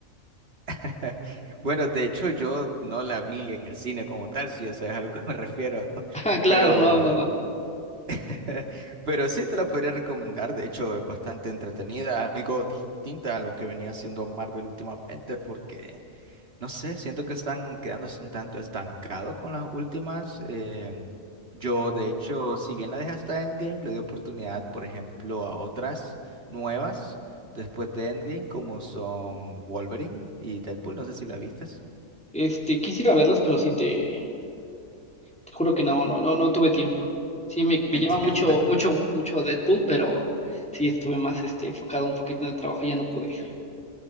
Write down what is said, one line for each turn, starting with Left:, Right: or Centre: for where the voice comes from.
Right: <laughs> Bueno, de hecho yo no la vi en el cine como tal, si ya sabes a lo que me refiero, <laughs>
Centre: <laughs> Ah, claro,
Right: pero,
Centre: no, no, no.
Right: <laughs> pero sí te la podría recomendar, de hecho es bastante entretenida, algo distinta a lo que venía haciendo Marvel últimamente, porque No sé, siento que están quedándose un tanto estancados con las últimas. em, yo, de hecho, si bien la dejé hasta Endgame, le di oportunidad, por ejemplo, a otras nuevas después de Endgame, como son Wolverine y Deadpool. No sé si la vistes.
Centre: Este, quisiera verlas, pero sí te, Te juro que no, no, no, no tuve tiempo. Sí, me, me
Right: Entiendo,
Centre: llama mucho, mucho,
Right: <laughs>
Centre: mucho Deadpool, pero sí estuve más este, enfocado un poquito en el trabajo y ya no pude ir.